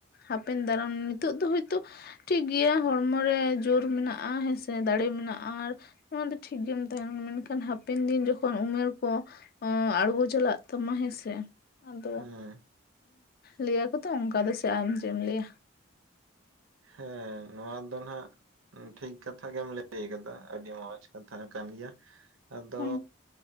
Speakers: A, on the left; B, on the right.
A: ᱦᱟᱯᱮᱱ ᱫᱟᱨᱟᱢ ᱱᱤᱛᱚᱜ ᱫᱚ ᱦᱚᱭᱛᱳ ᱴᱷᱤᱠᱜᱮᱭᱟ ᱦᱚᱲᱢᱚ ᱨᱮ ᱡᱳᱨ ᱢᱮᱱᱟᱜᱼᱟ ᱦᱮᱸᱥᱮ ᱫᱟᱲᱮ ᱢᱮᱱᱟᱜᱼᱟ ᱾ ᱱᱚᱣᱟ ᱫᱚ ᱴᱷᱤᱠ ᱜᱮᱢ ᱛᱟᱦᱮᱸᱱᱟ ᱢᱮᱱᱠᱷᱟᱱ ᱦᱟᱯᱮᱱ ᱫᱤᱱ ᱡᱚᱠᱷᱚᱱ ᱩᱢᱮᱨ ᱠᱚ ᱟᱬᱜᱚ ᱪᱟᱞᱟᱜ ᱛᱟᱢᱟ ᱦᱮᱸᱥᱮ ᱟᱫᱚ
B: ᱦᱮᱸ
A: ᱞᱟᱹᱭᱟᱠᱚ ᱛᱚ ᱚᱱᱠᱟ ᱫᱚ ᱥᱮ ᱟᱢ ᱪᱮᱫ ᱮᱢ ᱞᱟᱹᱭᱟ?
B: ᱦᱮᱸ ᱱᱚᱣᱟ ᱫᱚ ᱱᱟᱷᱟᱜ ᱴᱷᱤᱠ ᱠᱟᱛᱷᱟ ᱜᱮᱢ ᱞᱟᱹᱭ ᱠᱟᱫᱟ ᱟᱹᱰᱤ ᱢᱚᱸᱡᱽ ᱠᱟᱛᱷᱟ ᱠᱟᱱ ᱜᱮᱭᱟ ᱟᱫᱚ
A: ᱦᱩᱸ